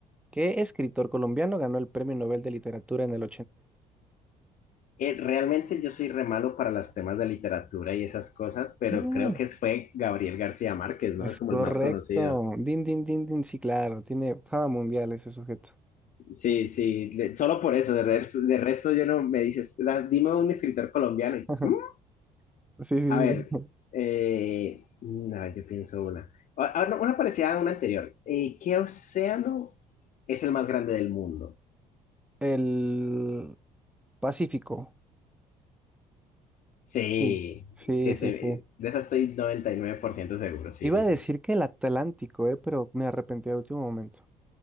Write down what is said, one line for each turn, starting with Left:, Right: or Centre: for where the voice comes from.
Centre: ¿Qué escritor colombiano ganó el Premio Nobel de Literatura en el
Left: Eh, realmente yo soy re malo para los temas de literatura y esas cosas, pero
Centre: 82?
Left: creo que fue Gabriel García Márquez,
Centre: Es
Left: ¿no? Es como
Centre: correcto.
Left: el más conocido.
Centre: Din, din, din, din. Sí, claro. Tiene fama mundial ese sujeto.
Left: Sí, sí, de- solo por eso, de, res- de resto yo no me dices, "Da- dime un escritor colombiano
Centre: <laughs>
Left: y, "Mm,
Centre: Sí, sí,
Left: A ver,
Centre: sí.
Left: eh, no, yo pienso una. Ah, ah, no, Una parecida a una anterior. Eh, ¿qué océano es el más grande del mundo?
Centre: El Pacífico.
Left: Sí,
Centre: Sí. Sí,
Left: sí, estoy,
Centre: sí, sí.
Left: de esa estoy 99% seguro, sí,
Centre: Iba
Left: sí,
Centre: a decir
Left: sí.
Centre: que el Atlántico, eh, pero me arrepentí al último momento.